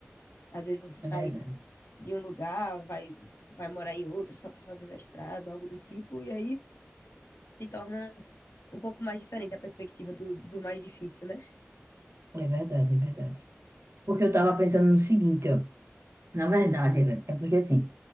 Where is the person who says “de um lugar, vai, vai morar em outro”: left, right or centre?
Left